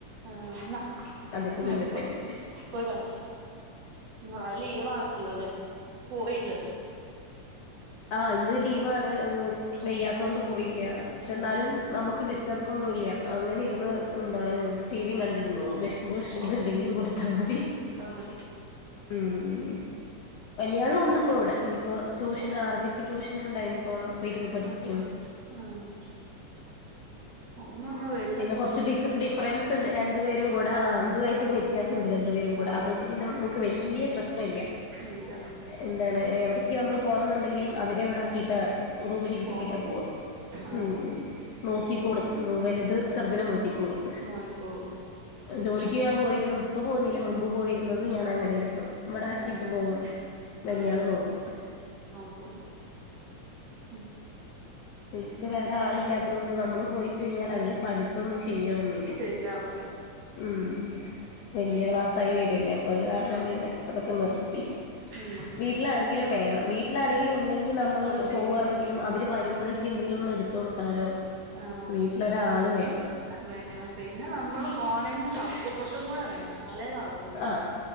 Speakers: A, on the right; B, on the left.
A: ആ ന്നാ
B: അതിന്റെ മുന്നിൽ
A: പോ
B: തന്നെ
A: പോയി കളിച്ചോ നളെ ലീവാണല്ലോ അല്ലേ പോയില്ലല്ലോ
B: ആഹ് ഇന്ന് ലീവാണ്
A: ഉം
B: വയ്യാത്തോണ്ട് പോയില്ല്യാ പക്ഷെ
A: ആ
B: എന്നാലും നമുക്ക് ഡി സ്റ്റർബ് ഒന്നുമില്ല അങ്ങനെ ഇരി ന്ന്
A: ആ
B: എന്താണ് ടി വിയും കണ്ടിരുന്നോളും വിശക്കുമ്പോ വിശക്കുമ്പോ
A: ഔ
B: എന്തെങ്കിലും കൊടുത്താ മതി
A: ട്ടാ മതി
B: ഉം വല്യാളും ഉണ്ട്
A: അതെ
B: ഇപ്പൊ ഇവിടെ ഇനിയിപ്പോ ട്യൂഷ്
A: ആ
B: ഇടക്ക് ട്യൂഷനുണ്ട് അയിന് പോണം പഠിക്കാണ്
A: ആഹ് ആഹ് അന്നൊന്നും വെ
B: പിന്നെ കുറച്ച് ഡിസ് ഡിഫറൻസ് ഇണ്ട് രണ്ട് പേരും കൂടെ ആ അഞ്ച് വയസിന്
A: ആ
B: വ്യത്യാസവുണ്ട് രണ്ട് പേരും കൂടെ
A: ആ
B: അതുകൊണ്ട് പിന്നെ നമു ക്ക് വല്ല്യ പ്രശ്നമില്ലാ
A: ഇല്ല
B: എന്താണ് എവിടേ ക്ക് നമ്മൾ പോണോന്നുണ്ടെങ്കിലും അവരെ ഇവിടാക്കിയിട്ടാ റൂമിലിരുത്തിയിട്ടാ
A: പോ
B: പോവുക
A: ആ
B: ഉം ഉം നോക്കിക്കോളും വലുത്
A: ഉം
B: ചെറുതിനെ നോക്കിക്കോളും
A: നോയിക്കോളും
B: ജോലിക്ക് ഞാൻ പോയിരുന്നു ഇപ്പ പോന്നില്ലേ മുമ്പ് പോയിരുന്നതും ഞാൻ അങ്ങനൊയിരുന്നു ഇവിടാക്കിയിട്ട്
A: ആ
B: പോവും വല്ല്യാള്
A: ആ
B: നോക്കും
A: നോക്കും ഉം
B: വീട്ടില് വേറെ ആളില്ലാത്ത കൊണ്ട് നമ്മള് പോയി കഴിഞ്ഞാൽ അവരുടെ പഠിത്തവൊന്നും ശരിയാവുന്നില്ല
A: ശരിയാവൂല
B: ഉം വല്യ ക്ലാസ്സായി വരവല്ലേ അപ്പൊ അത് കാരണം
A: അതെ
B: പിന്നെ
A: അതെ
B: അതൊക്കെ നിർത്തി
A: ഉം ഉം
B: വീട്ടില് ആരെങ്കിലും വേണം വീട്ടില് ആരെങ്കിലും ഉണ്ടെങ്കിൽ നമ്മള്
A: അതുണ്ടെങ്കി
B: പോവാണെങ്കിലും അവര് വരുമ്പഴത്തേ ക്ക് എന്തേലും ഒന്ന് എടുത്ത് കൊടുക്കാനോ
A: ആഹ്
B: വീട്ടിലൊരാള് വേണം
A: വേണം പിന്നെ നമ്മള് പോണേന് സപ്പോർട്ടും കൂടെ വേണം എന്നാലെ നടക്കൂള്ളൂ
B: ആഹ്